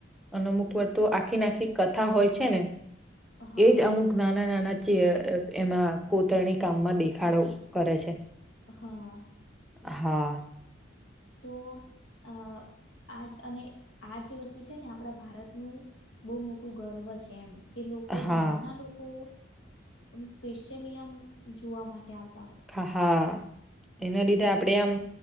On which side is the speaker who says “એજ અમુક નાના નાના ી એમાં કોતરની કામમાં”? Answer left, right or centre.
Centre